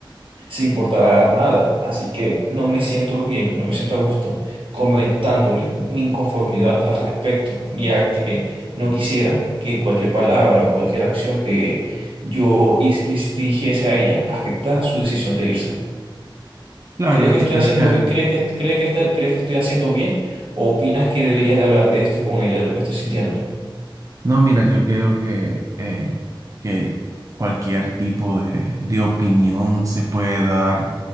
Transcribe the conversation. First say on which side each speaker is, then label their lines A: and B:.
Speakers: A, on the right; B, on the right.
A: sin importar nada. Así que no me siento bien, no me siento a gusto comentándole mi inconformidad al respecto, ya que no quisiera que cualquier palabra o cualquier acción que yo his- le dijese a ella afectara su decisión de irse.
B: Claro,
A: ¿Crees que
B: yo
A: estoy
B: creo
A: haciendo,
B: que...
A: bi- crees que, crees que, este- crees que estoy haciendo bien o opinas que deberías de hablar de esto con ella, de lo que estoy sintiendo?
B: No, mira, yo creo que, eh, que cualquier tipo de, de opinión se puede dar